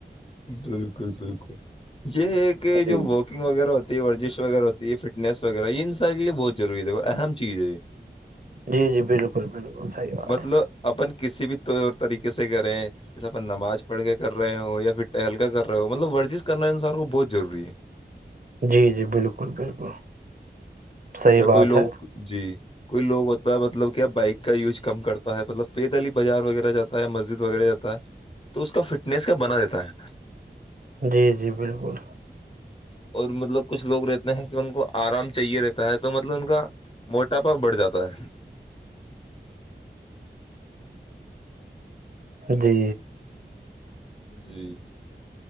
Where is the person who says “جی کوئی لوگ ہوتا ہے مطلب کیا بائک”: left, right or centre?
Left